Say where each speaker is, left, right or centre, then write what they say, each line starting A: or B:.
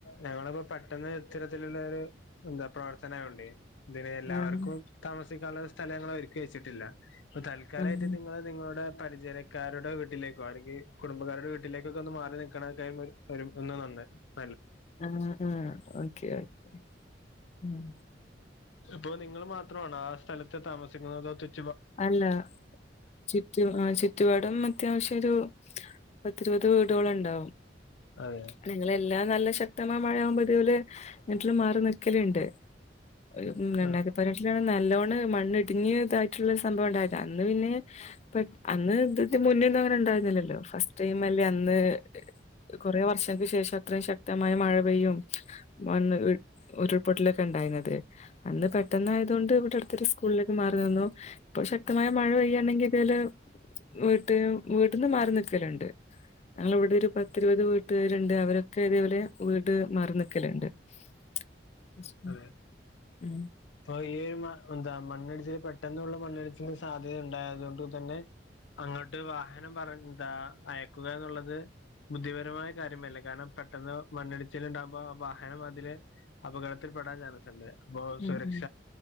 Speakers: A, on the left; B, on the left.
A: ഞങ്ങളിപ്പോ പെട്ടെന്ന് ച്ചിര ത്തിലുള്ളരു എന്ത പ്രർത്തനവണ്ടേ ഇതിന് എല്ലാവർക്കും
B: ആഹ്
A: കാമസിക്കാള്ളേ സ്ഥല അങ്ങള് ഒരുക്കി വെച്ചിട്ടില്ല പ്പ. തൽക്കാലയിട്ട്.
B: ആഹ്
A: നിങ്ങള് നിങ്ങളുടെ പരിചരക്കാരുടെ. വീട്ടിലേക്കോ. അല്ലെങ്കി. കുടുംബക്കാരുടെ വീട്ടിലേക്കൊക്കെ ഒന്ന് മാറി നിക്കണ ടൈം വരും ഒന്ന് <unintelligible>
B: ആ, ആ, ഓക്കെ, ഒക്കേ മ്മ്
A: അപ്പൊ നിങ്ങൾ മാത്രണോ ആ സ്ഥലത്ത് താമസിക്കുന്നതോ <unintelligible>
B: അല്ല. ചുറ്റു ചുറ്റുവാടും. അത്യാവശ്യ ഒരു പത്തിരുപത്. വീടുകളുണ്ടാവും.
A: അതെ
B: നിങ്ങളെല്ലാനല്ല ശക്തമാം മഴയാവുമ്പോഴുതേല്. വീട്ടില് മാറി നിക്കല്ണ്ട് ഒരു. മ്. രണ്ടായിരത്തി.
A: ആ
B: പതിനെട്ടിലാ നല്ലോണ്. മണ്ണിടിഞ്ഞ് ത സംഭവം ഉണ്ടയത അന്ന് പിന്നെ. ഹേ. പെ അന്ന് ഇത്. ത് മുന്നേന്നും അങ്ങനെ ഉണ്ടായിരുന്നില്ലല്ലോ ഫസ്റ്റ് ടൈം അല്ലെന്ന് ന്ന്.. കൊറേ വർശ് ളക്. ശേഷം അത്രയും ശക്തമായ മഴ പെയ്യും വന്ന് ഉരു ഉരുൾപൊട്ടലൊക്കെ ണ്ടായിര്ന്നത് അന്ന് പെട്ടന്ന് ആയതോണ്ട് ഇവിടെ അടുത്തൊരു സ്കൂളിലേക്ക് മാറി നിന്നു ഇപ്പൊ ശക്തമായ മഴ പെയ്യാണെങ്കി ഇതേല് വീട്ടിലും വീട്ടിന്ന് മാറി നിക്കലുണ്ട് ഞങ്ങള ഇവിടെ ഒരു പത്തിരുപത് വീട്ടുകാരുണ്ട് അവരൊക്കെ ഇതേപലെ വീട് മാറി നിക്കലുണ്ട് <unintelligible>
A: അതെ
B: ഉം
A: ഇപ്പൊ ഈ മ എന്താ മണ്ണിടിച്ചില് പെട്ടെന്നുള്ള മണ്ണിടിച്ചിലിന് സാധ്യത ഉണ്ടായതോണ്ട്. തന്നെ അങ്ങട്ട് വാഹനം പറ എന്താ അയക്കുക എന്നുള്ളത് ബുദ്ധിപരമായ കാര്യമല്ല കാരണം പെട്ടെന്ന് മണ്ണിടിച്ചിലുണ്ടാവുമ്പോ വാഹനം അതിലേ അപകട ത്തിൽപ്പെടാൻ ചാൻസുണ്ട് അപ്പോ സുരക്ഷ
B: ഉം ഉം